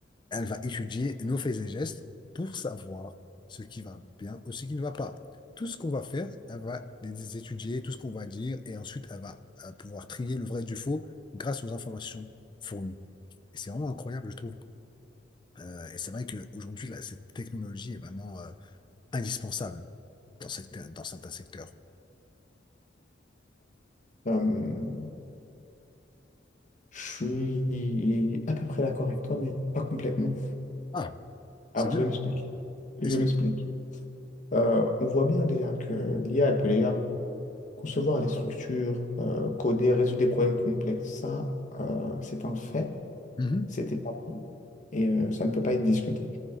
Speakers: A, on the left; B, on the left.
A: elle va étudier nos faits et gestes pour savoir ce qui va bien ou ce qui ne va pas. Tout ce qu'on va faire, elle va les étudier, tout ce qu'on va dire, et ensuite, elle va euh, pouvoir trier le vrai du faux grâce aux informations fournies. Et c'est vraiment incroyable, je trouve. Euh, et c'est vrai qu'aujourd'hui, là, cette technologie est vraiment euh, indispensable dans, secteur- dans certains secteurs.
B: Euh, je suis à peu près d'accord avec toi, mais pas complètement.
A: Ah,
B: Alors,
A: c'est bien.
B: je m'explique. Je
A: Explique.
B: m'explique. Euh, on voit bien déjà que l'IA, elle peut déjà Concevoir les structures, euh, coder, résoudre des problèmes complexes, ça, euh, c'est un fait,
A: Mhm.
B: c'est établi et euh, ça ne peut pas être discuté.